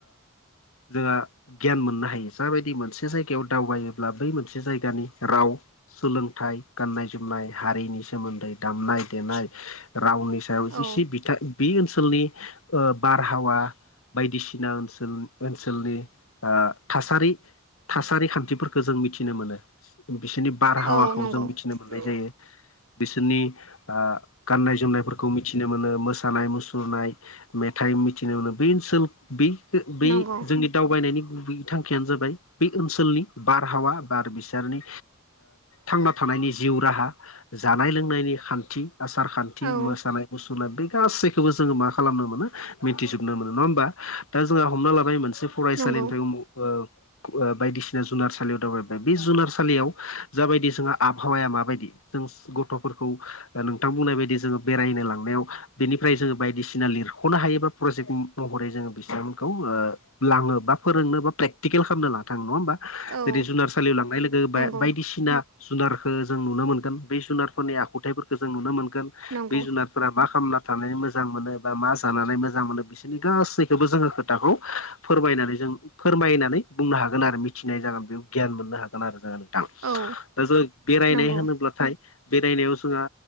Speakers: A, on the left; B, on the right.
A: जोंहा गियान मोननो हायो जाबायदि मोनसे जायगायाव दावबायोब्ला बै मोनसे जायगानि राव सोलोंथाइ गाननाय जोमनाय हारिनि सोमोन्दै दामनाय देनाय रावनि सायाव जिसे
B: औ
A: बिथां बे ओनसोलनि बारहावा बायदिसिना ओनसोल ओनसोलनि ओ थासारि थासारि खान्थिफोरखौ जों मिथिनो मोनो बिसोरनि बारहावाखौ
B: औ नंगौ
A: जों मिथिनो मोननाय
B: औ
A: जायो। बिसोरनि ओ गाननाय जोमनायफोरखौ मिथिनो मोनो मोसानाय मुसुरनाय मेथाइ मिथिनो मोनो बे ओनसोल बे बै
B: नंगौ
A: जोंनि दावबायनायनि गुबै थांखियानो जाबाय बे ओनसोलनि बारहावा बार बिसोरनि थांना थानायनि जिउ राहा जानाय लोंनायनि ओ खान्थि आसारखान्थि
B: औ
A: मोसानाय मुसुरनाय बे गासैखौबो जोङो मा खालामनो मोनो। मिथिजोबनो मोनो नङा होमबा दा जोंहा हमना लानाय मोनसे फरायसालिनिफ्राय
B: नंगौ
A: ओ ओ बायदिसिना जुनारसालियाव दावबायबाय बे जुनार सालियाव जाबायदि जोंहा आबहावाया माबायदि जों गथ'फोरखौ नोंथां बुंनाय बायदि जोङो बेरायनो लांनायाव बेनिफ्राय जोङो बायदिसिना लिरख'नो हायोबा प्रजेक्ट महरै जोङो बिथांमोनखौ लाङो बा फोरोंनो बा प्रेकटिकेल खालामनो लाना थाङो नङा होमबा? जेरै
B: औ
A: जुनार सालियाव लांनाय लोगो बा
B: नंगौ
A: बायदिसिना थिना जुनारखौ जों नुनो मोनगोन बे जुनारफोरनि आखुथाइफोरखौ जों नुनो मोनगोन
B: नंगौ
A: बे जुनार फोर मा खालामना थानानै मोजां मोनो बा मा जानानै मोजां मोनो बिसोरनि गासैखौबो जोङो खोथाखौ फोरमायनानै जों फोरमायनानै बुंनो हागोन आरो मिथिनाय जागोन बेयाव गियान मोननो हागोन। आरो जोङो नोंथां
B: औ
A: दा जो बेरायनाय
B: नंगौ
A: होनोब्लाथाय बेरायनायाव जोंहा